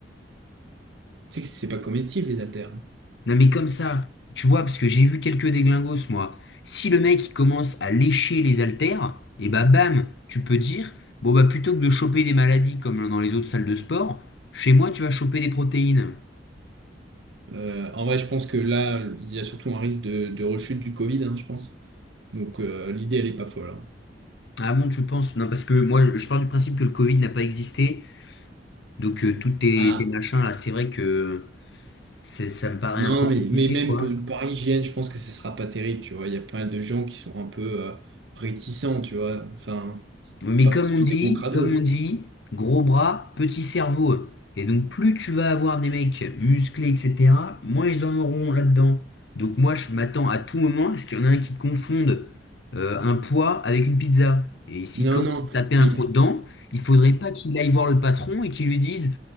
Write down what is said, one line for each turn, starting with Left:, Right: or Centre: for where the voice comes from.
Right: Tu sais que c'est pas comestible les haltères. hein.
Left: Non mais comme ça, tu vois, parce que j'ai vu quelques déglingos, moi. Si le mec il commence à lécher les haltères, et bah bam, tu peux dire, bon bah plutôt que de choper des maladies comme dans les autres salles de sport, chez moi tu vas choper des protéines.
Right: Euh, en vrai, je pense que là, il y a surtout un risque de, de rechute du Covid, hein, je pense. Donc euh, l'idée, elle est pas folle. hein.
Left: Ah bon, tu penses? Non, parce que moi je pars du principe que le Covid n'a pas existé, donc euh, tous tes,
Right: Ah,
Left: tes machins là, c'est vrai que c'est- ça me paraît
Right: non,
Left: un peu compliqué,
Right: mais, mais même
Left: quoi.
Right: pe- par hygiène, je pense que ce sera pas terrible, tu vois. Il y a pas mal de gens qui sont un peu euh, réticents, tu vois. Enfin,
Left: Mais
Right: pas
Left: comme
Right: forcément
Left: on dit,
Right: des gros crados.
Left: comme on dit, gros bras, petit cerveau. Et donc plus tu vas avoir des mecs musclés, etc., moins ils en auront là-dedans. Donc moi je m'attends à tout moment à ce qu'il y en a un qui confonde euh, un poids avec une pizza. Et s'il
Right: Non,
Left: commence
Right: non,
Left: à taper un
Right: mais
Left: croc dedans, il faudrait pas qu'il aille voir le patron et qu'il lui dise,